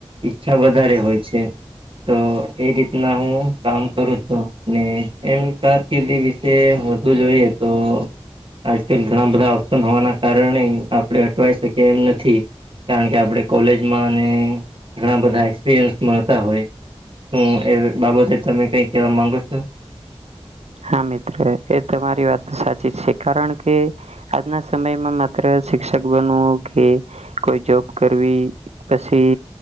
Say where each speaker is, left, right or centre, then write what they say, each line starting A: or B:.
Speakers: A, on the right; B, on the right.
A: ઈચ્છા વધારે હોય છે. તો એ રીતના હું કામ કરું છું ને એમ તાસ કેદી વિશે વધુ જોઈએ તો આજકાલ ઘણા બધા ઓપ્શન હોવાના કારણે આપણડે અટવાય શકીએ એમ નથી. કારણ કે આપણે કોલેજમાં ને ઘણા બધા એક્સપિરિયન્સ મળતા હોય હું એ બાબતે તમે કઈ કેવા માગો છો?
B: હા મિત્ર એ તમારી વાત તો સાચી છે કારણ કે આજના સમયમાં માત્ર શિક્ષક બનવું કે કોઈ જોબ કરવી પછી